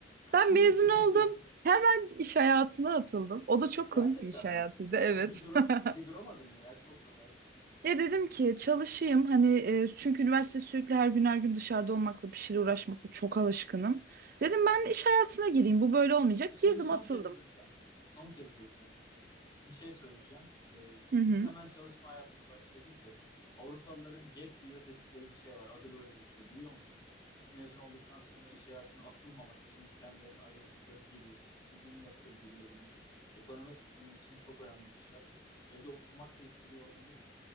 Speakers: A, on the left (about 25°); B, on the right (about 55°).
A: kaç
B: Ben
A: yıldır
B: mezun
A: çalışıyorsun?
B: oldum. Hemen iş hayatına atıldım. O da çok
A: Gerçekten
B: komik bir iş hayatıydı,
A: mi?
B: evet.
A: Bir dura
B: <laughs>
A: bir duramadın mı ya? Çok çok az.
B: Ya dedim ki çalışayım hani e, çünkü üniversite sürekli her gün her gün dışarıda olmakla bir şeyle uğraşmakla çok alışkınım. Dedim ben iş hayatına gireyim. Bu böyle olmayacak.
A: Seni
B: Girdim
A: son
B: atıldım.
A: kez böleceğim. Son kez böleceğim. Bir şey söyleyeceğim. Ee,
B: Hı hı.
A: biz hemen çalışma hayatına başlıyoruz ya. Avrupalıların gap year dedikleri bir şey var. Adı böyle geçiyor biliyor musun? Sırf mezun olduktan sonra iş hayatına atılmamak için kendilerine ayırdıkları bir yıl. İstediğini yapıyor bir yıl boyunca. Ekonomi bunun için çok önemli bir şart. Evde oturmak da istediği olabilir.